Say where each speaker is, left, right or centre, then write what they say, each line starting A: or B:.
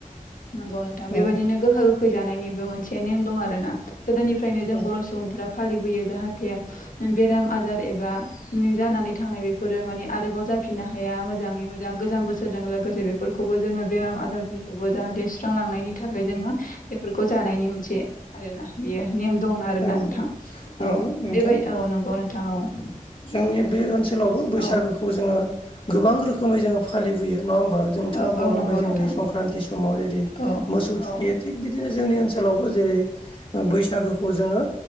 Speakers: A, on the left; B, on the left.
A: नंगौ नोंथां बेबादिनो
B: औ
A: गोखा गोखै जानायनि बो मोनसे नेम दं आरोना गोदोनिफ्रायनो जों
B: औ
A: बर' सुबुंफ्रा फालिबोयो जाहाथे उ बेराम आजार एबा जानानै थांनाय बेफोरो माने आरोबाव जा जाफिनो हाया मोजाङै मोजां मोजां गोजाम बोसोर लोगोसे बेफोरखौबो जोङो बेराम आजारफोरखौबो जाहाथे सुस्रांलांनायनि थाखाय जोङो बेफोरखौ जाहाथे जानायनि मोनसे आरोना बियो नेम दं आरोना
B: औ
A: नोंथां
B: नंगौ
A: औ
B: नोंथां
A: बेबाय औ नंगौ नोंथां औ।
B: जोंनि बे ओनसोलावबो बैसागोखौ
A: औ
B: जोङो गोबां रोखोमै जोङो फालिबोयो नङा होम बा जोंथाङा
A: औ
B: बुंलांबाय
A: औ नंगौ
B: जे
A: नोंथां
B: संक्रान्ति समाव जेरै
A: औ
B: मोसौ
A: औ
B: थुखैयो थिग बिदिनो जोंनि ओनसोलावबो जेरै ओ बैसागोखौ जोङो